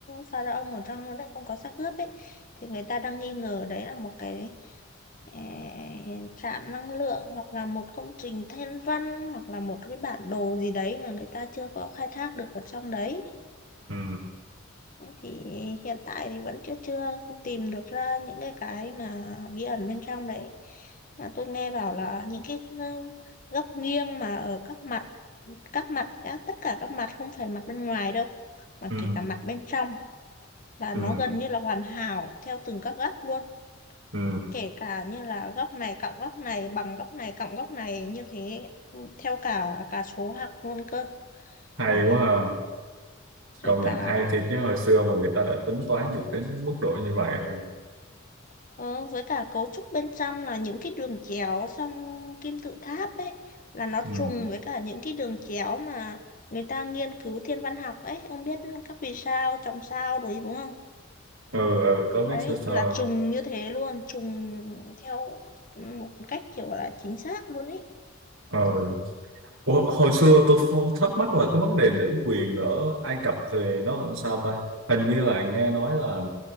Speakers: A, on the left; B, on the right.
A: pharaoh ở trong nó đấy không có xác ướp ấy thì người ta đang nghi ngờ đấy là một cái eh, trạm năng lượng hoặc là một công trình thiên văn hoặc là một cái bản đồ gì đấy mà người ta chưa có khai thác được ở trong đấy
B: ừ
A: thì hiện tại thì vẫn chưa chưa tìm được ra những cái cái mà bí ẩn bên trong đấy mà tôi nghe bảo là những cái góc nghiêng mà ở các mặt các mặt các, tất cả các mặt không phải mặt bên ngoài đâu mà
B: ừ
A: kể cả mặt bên trong là
B: ừ
A: nó gần như là hoàn hảo theo từng các góc luôn
B: ừ
A: kể cả như là góc này cộng góc này bằng góc này cộng góc này như thế theo cả cả số học luôn cơ
B: hay
A: đấy
B: quá ha công
A: rồi
B: nhận
A: cả
B: hay thì cái hồi xưa mà người ta đã tính toán được đến mức độ như vậy rồi
A: Ờ, với cả cấu trúc bên trong là những cái đường chéo trong kim tự tháp ấy là nó
B: ừ
A: trùng với cả những cái đường chéo mà người ta nghiên cứu thiên văn học ấy ông biết các vì sao chòm sao đấy đúng không
B: ừ, ừ có biết
A: đấy
B: sơ sơ
A: là trùng như thế luôn trùng theo một cách kiểu là chính xác luôn ấy
B: ừ Ủa, hồi xưa tôi ph- thắc mắc là cái vấn đề nữ quyền ở Ai Cập thì nó làm sao ta? Hình như là nghe nói là